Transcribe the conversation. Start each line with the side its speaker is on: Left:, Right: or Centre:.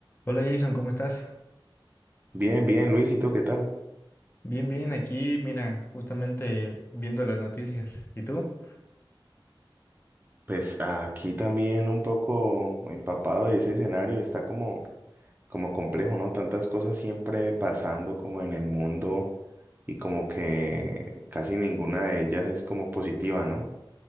Left: Hola Jason, ¿cómo estás?
Right: Bien, bien, Luis, ¿y tú qué tal?
Left: Bien, bien, aquí, mira, justamente viendo las noticias. ¿Y tú?
Right: Pues aquí también un poco empapado de ese escenario, está como, como complejo, ¿no? Tantas cosas siempre pasando como en el mundo y como que casi ninguna de ellas es como positiva, ¿no?